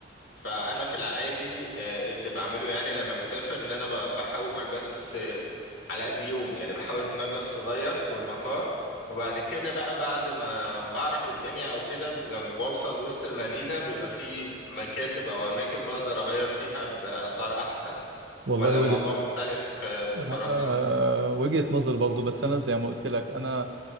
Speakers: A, on the left; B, on the right.
A: فانا في العادي آه، اللي بعمله يعني لما بسافر ان انا ب- بحول بس آه، على قد يوم يعني بحول مبلغ صغير في المطار وبعد كده بقى بعد ما بعرف الدنيا او كده ب- لما بوصل وسط المدينة بيبقى في مكاتب او اماكن بقدر اغير فيها باسعار احسن
B: والله
A: ولا
B: وجهه
A: الموضوع
B: نظر
A: مختلف آه، في
B: لا،
A: فرنسا
B: آه، وجهه نظر برضو بس انا زي ما قلت لك انا